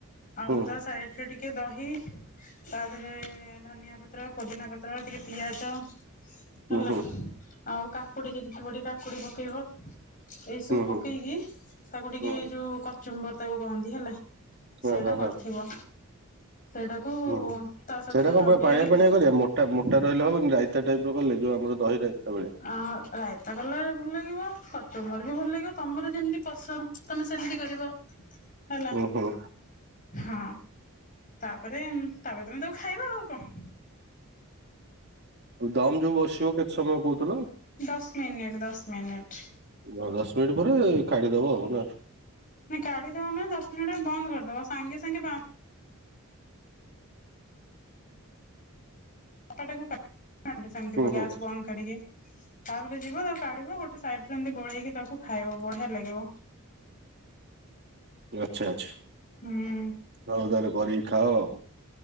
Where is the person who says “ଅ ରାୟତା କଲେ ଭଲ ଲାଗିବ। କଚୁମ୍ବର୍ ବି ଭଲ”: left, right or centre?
Left